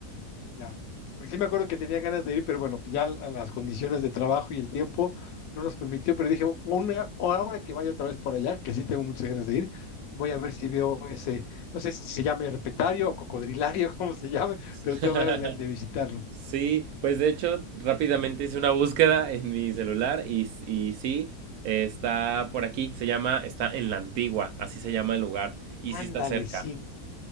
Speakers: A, on the left (about 65°); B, on the right (about 70°).
A: Ya. Porque sí me acuerdo que tenía ganas de ir, pero bueno, ya a las condiciones de trabajo y el tiempo no nos permitió, pero dije, una, ahora que vaya otra vez por allá, que sí tengo muchas ganas de ir, voy a ver si veo ese, no sé si se llama herpetario o cocodrilario, <laughs> como se llame,
B: <laughs>
A: pero tengo ganas de, de visitarlo.
B: Sí, pues de hecho rápidamente hice una búsqueda en mi celular y, s- y sí, eh, está por aquí, se llama, está en la antigua, así se llama el lugar, y
A: Ándale,
B: sí está cerca.
A: sí,